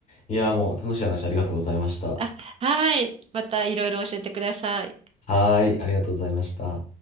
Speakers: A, on the left; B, on the right.
A: いや、もう楽しい話ありがとうございました。
B: あ、はい。またいろいろ教えてください。
A: はーい、ありがとうございました。